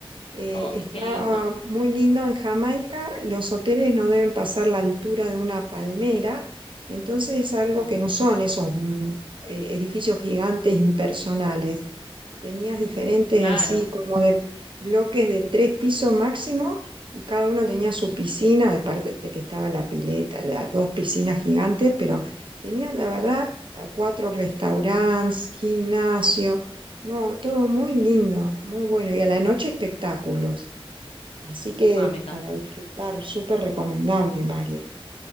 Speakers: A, on the right; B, on the left.
A: Eh,
B: Oh,
A: está
B: qué lindo.
A: ah, muy lindo en Jamaica, los hoteles no deben pasar la altura de una palmera, entonces es algo
B: Mm,
A: que no son esos... mm, eh, edificios gigantes impersonales. Tenías diferentes
B: claro,
A: así como de bloques de tres pisos máximo y cada uno tenía su piscina, aparte de que estaba la pileta, las dos piscinas gigantes, pero tenía la verdad a cuatro restaurantes, gimnasio, no, todo muy lindo, muy bueno y a la noche espectáculos. Así que
B: ah, me encanta.
A: para disfrutar, súper recomendable, María.